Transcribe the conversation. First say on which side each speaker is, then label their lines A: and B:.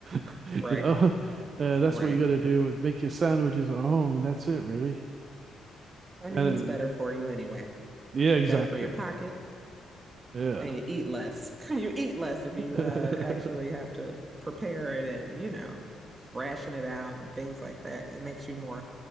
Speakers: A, on the right; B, on the right.
A: <laughs>
B: Right.
A: you know, uh, that's
B: Right.
A: what you got to do. And make your sandwiches at home, and that's it, really.
B: I mean,
A: And uh,
B: it's better for you anyway.
A: yeah, exactly.
B: Better for your pocket.
A: Yeah.
B: and you eat less. <laughs> You eat less if you
A: <laughs>
B: uh, actually have to prepare it and, you know, ration it out and things like that. It makes you more